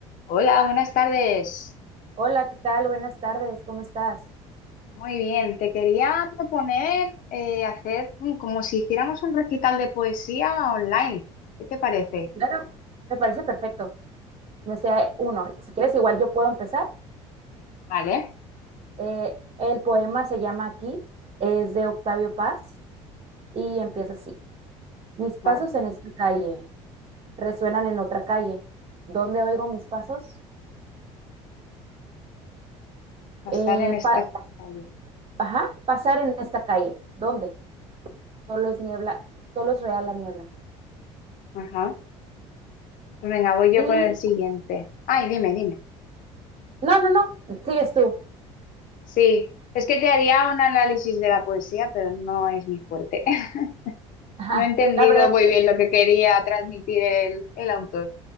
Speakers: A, on the left; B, on the right.
A: Hola, buenas tardes.
B: Hola, ¿qué tal? Buenas tardes, ¿cómo estás?
A: Muy bien, te quería proponer eh, hacer un- como si hiciéramos un recital de poesía online. ¿Qué te parece?
B: Claro, me parece perfecto. Me sea uno. Si quieres, igual yo puedo empezar.
A: Vale,
B: Eh, el poema se llama Aquí, es de Octavio Paz y empieza así. Mis pasos
A: vale.
B: en esta calle resuenan en otra calle. ¿Dónde oigo mis pasos?
A: Pasar
B: Eh,
A: en esta
B: pa-
A: calle.
B: ajá, pasar en esta calle. ¿Dónde? Solo es niebla, solo es real la niebla.
A: Ajá. Pues venga, voy yo
B: Y
A: con el siguiente. Ay, dime, dime.
B: no, no, no, sigues tú.
A: Sí, es que te haría un análisis de la poesía, pero no es mi fuerte. <laughs>
B: <laughs> Ajá.
A: No he entendido
B: La verdad,
A: muy
B: que-
A: bien lo que quería transmitir el, el autor.